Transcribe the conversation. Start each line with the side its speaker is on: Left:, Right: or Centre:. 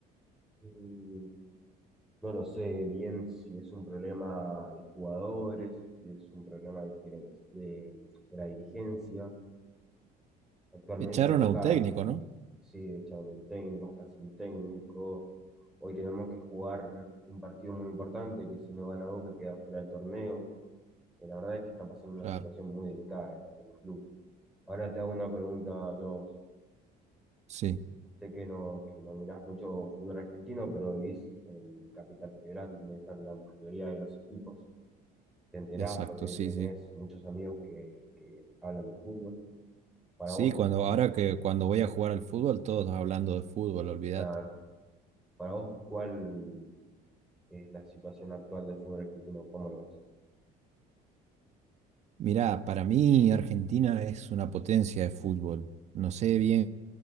Centre: Mm, No lo sé bien si es un problema de jugadores, si es un problema de, dirigen- de, de la dirigencia. Actualmente
Right: Echaron
Centre: Boca
Right: a un técnico, ¿no?
Centre: sigue echaron un técnico, hasta sin técnico. Hoy tenemos que jugar un partido muy importante que si no gana Boca queda fuera del torneo. Y la verdad es que está pasando una
Right: Claro,
Centre: situación muy delicada eh, el club. Ahora te hago una pregunta, yo
Right: sí,
Centre: Sé que no, que no mirás mucho fútbol argentino, pero vivís en Capital Federal, donde están la mayoría de los equipos. Te enterás
Right: exacto,
Centre: porque
Right: sí,
Centre: tenés
Right: sí.
Centre: muchos amigos que, que hablan de fútbol. Para
Right: Sí,
Centre: vos,
Right: cuando, ahora que cuando voy a jugar al fútbol, todos hablando de fútbol, olvidad.
Centre: claro, para vos, ¿cuál es la situación actual del fútbol argentino? ¿Cómo lo ves?
Right: Mirá, para mí Argentina es una potencia de fútbol. No sé bien,